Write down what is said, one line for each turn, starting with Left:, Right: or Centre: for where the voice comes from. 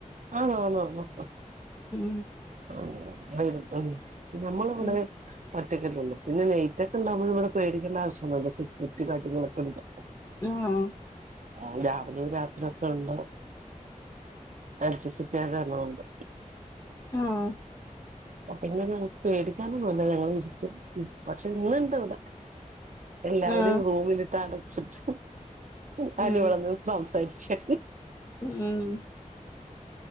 Right: ആണ ആണ ആണ്
Left: ഉം
Right: ഉം വരും വരും നമ്മള ഇവിടെ
Left: ഉം
Right: ഒറ്റൊക്കല്ലഉള്ളു പിന്നെ നെയറ്റ് ഒക്കെ ഉണ്ടാവുമ്പോ ഇവിടെ പേടിക്കേണ്ട ആവശ്യല്ല സെക്യൂരിറ്റി കാര്യങ്ങളൊക്കെ ഉണ്ടും
Left: ഉം
Right: ആഹ രാവില രാത്രി ഒക്കെ ഉണ്ട് ഇലക്ട്രിസിറ്റി അതന്ന ഉണ്ട്
Left: ആഹ
Right: പിന്നെ ഞങ്ങക്ക് പേടിക്കാനും പോല ഞങ്ങ ഇരിക്കും പക്ഷെ ഇന്ന ഇണ്ട് ഇവിടെ എല്ലാവരും
Left: ആഹ്
Right: റൂമിലിട്ട് അടച്ചിട്ട് ഞൻ
Left: ഉം
Right: ഇവിടെന്ന് സംസാരിക്ക
Left: ഉം